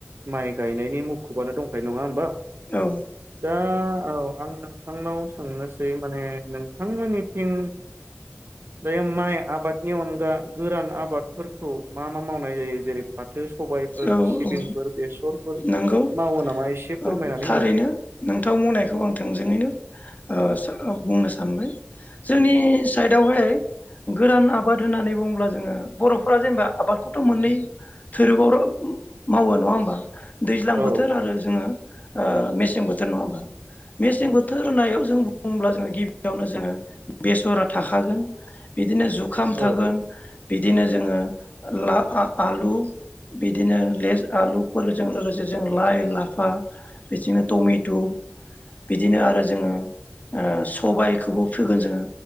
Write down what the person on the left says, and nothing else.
औ
औ
औ
नंगौ
औ थारैनो
नोंथां बुंनायखौ आं थोंजोङैनो ओ ओ बुंनो सानबाय जोंनि साइडआवहाय गोरान आबाद होननानै बुङोब्ला जोङो बर'फोरा जेनेबा आबादखौथ' मोननै थोरोबाव मावो नङा होमबा दैज्लां
बोथोर आरो जोङो ओ मेसें बोथोर नङा होमबा मेसें बोथोर होननायाव जों बुंब्ला जोङो गिबियावनो जोङो बेसरा थाखागोन बिदिनो जुखाम थागोन
बिदिनो जोङो ला आ आलु बिदिनो लेस आलुफोरजों लोगोसे जों लाइ लाफा बिदिनो टमेटु बिदिनो आरो जोङो ओ सबायखौबो फोगोन जोङो